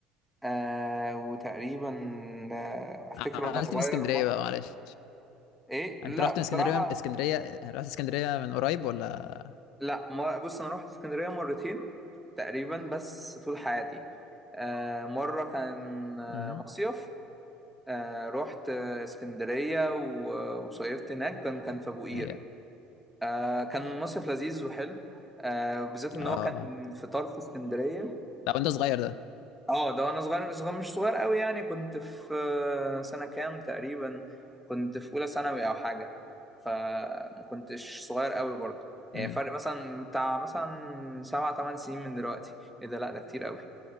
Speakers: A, in the centre; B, on the left (about 70°).
A: آه وتقريبا آه افتكر
B: عملت
A: وانا صغير
B: إيه في اسكندريه
A: ما...
B: بقى معلش
A: ايه لا
B: انت رحت اسكندريه
A: بصراحه
B: اسكندريه رحت اسكندريه من قريب ولا
A: لا ما بص انا رحت اسكندريه مرتين تقريبا بس طول حياتي آه مره كان آه،
B: امم
A: مصيف آه رحت آه، اسكندريه و- وصيفت هناك كان كان في ابو قير
B: هي
A: آه كان مصيف لذيذ وحلو آه بالذات ان
B: اه
A: هو
B: آه.
A: كان في طرف اسكندريه
B: ده وانت صغير ده
A: اه ده انا صغير صغير مش صغير قوي يعني كنت في آه، سنة كام تقريبا كنت في اولى ثانوي او حاجة فما كنتش صغير قوي برضه يعني
B: امم
A: فرق مثلا بتاع مثلا سبع تمن سنين من دلوقتي ايه ده لا ده كتير قوي